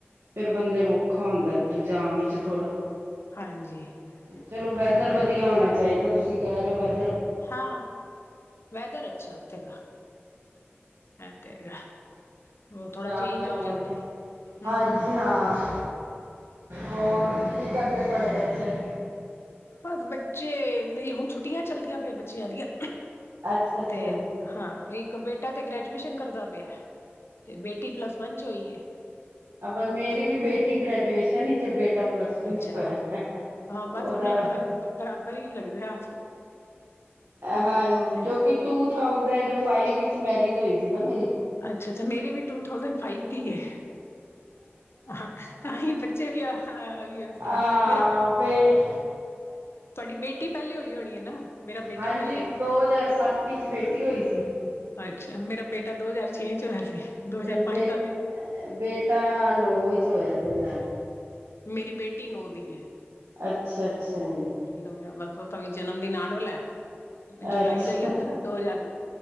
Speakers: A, on the right (about 80°); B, on the left (about 70°).
A: ਫੇਰ
B: ਹਾਂ
A: ਬੰਦੇ ਨੂੰ। ਔਖਾ ਹੁੰਦਾ ਜਾਮ ਵਿੱਚ ਥੋੜ੍ਹਾ।
B: ਹਾਂਜੀ।
A: ਚਲੋ ਵੈਦਰ
B: ਇਹ ਤੇ
A: ਵਧੀਆ ਹੋਣਾ ਚਾਹੀਦਾ ਤੁਸੀਂ ਕੈ ਰੇ ਓ ਵੈ।
B: ਹਾਂ, ਵੈਦਰ ਅੱਛਾ ਓਥੇ ਦਾ। ਐ ਤੇ ਹੈਗਾ ਓ ਥੋੜਾ
A: ਜਾ
B: ਚੇਂਜ
A: ਕੇ ਆਵਾਂਗੇ
B: ਹੋ ਜਾਂਦਾ। ਹੂੰ
A: ਹਾਂਜੀ ਹਾਂ, ਹੋਰ ਕੀ ਕਰਦੇ ਤੁਹਾਡੇ ਬੱਚੇ?
B: ਬਸ ਬੱਚੇ ਨਈ ਹੁਣ ਛੁੱਟੀਆਂ ਚੱਲਦੀਆਂ ਪਈਆਂ ਬੱਚਿਆਂ ਦੀਆਂ।
A: ਅੱਛਾ ਅੱਛਾ
B: ਤੇ
A: ਜੀ
B: ਹਾਂ ਇੱਕ ਬੇਟਾ ਤੇ ਗ੍ਰੈਜੂਏਸ਼ਨ ਕਰਦਾ ਪਿਆ। ਤੇ ਬੇਟੀ ਪਲੱਸ ਵੰਨ ਚ ਹੋਈ ਏ।
A: ਅਬਲ ਮੇਰੀ ਵੀ ਬੇਟੀ ਗ੍ਰੈਜੂਏਸ਼ਨ ਵਿੱਚ ਬੇਟਾ ਪਲੱਸ ਟੂ
B: ਅੱਛਾ
A: ਚ ਹੋਇਆ
B: ਹਾਂ ਬਸ
A: ਓਦਾ।
B: ਬਰਾਬਰ ਈ ਲੱਗਦੈ।
A: ਹਾਂਜੀ,
B: ਹਾਂ
A: ਕਿਉਂਕਿ ਟੂ ਥਾਊਸੈਂਡ ਫਾਈਵ। ਵਿੱਚ ਮੈਰਿਜ ਹੋਈ ਸੀ ਨਾ ਮੇਰੀ।
B: ਅੱਛਾ, ਅੱਛਾ ਮੇਰੀ ਵੀ ਟੂ ਥਾਸੈਂਡ ਫਾਈਵ ਦੀ ਏ। ਹਾਂ, ਤਾਂਹੀ ਬੱਚੇ ਵੀ ਇਸ ਤਰਾਂ
A: ਆ
B: ਈ ਮੇਰਾ।
A: ਬੇ
B: ਤੁਹਾਡੀ ਬੇਟੀ ਪਹਿਲੇ ਹੋਈ ਹੋਣੀ ਐ ਨਾ। ਮੇਰਾ ਬੇਟਾ
A: ਹਾਂਜੀ,
B: ਪਹਿਲੇ
A: ਦੋ ਹਜ਼ਾਰ ਸੱਤ ਵਿੱਚ ਬੇਟੀ ਹੋਈ ਸੀ।
B: ਅੱਛਾ, ਮੇਰਾ ਬੇਟਾ ਦੋ ਹਜ਼ਾਰ ਛੇ ਚ ਹੋਇਆ ਸੀ। ਦੋ ਹਜ਼ਾਰ
A: ਤੇ ਬੇ
B: ਪੰਜ ਦਾ ਵਿਆਹ
A: ਬੇਟਾ ਨੌ ਵਿੱਚ ਹੋਇਆ ਦੋ ਹਜ਼ਾਰ।
B: ਮੇਰੀ ਬੇਟੀ ਨੌ ਦੀ ਈ ਐ।
A: ਅੱਛਾ, ਅੱਛਾ ਜੀ।
B: ਦੋ ਹਜ਼ਾਰ ਬਸ ਓਦਾ ਕਵੀ ਜਨਮ ਦਿਨ ਆਣ ਵਾਲੈ ਜੁਲਾਈ
A: ਅੱਛਾ
B: ਦਾ ਈ ਹੁੰਦਾ ਨਾ ਦੋ ਹਜ਼ਾਰ।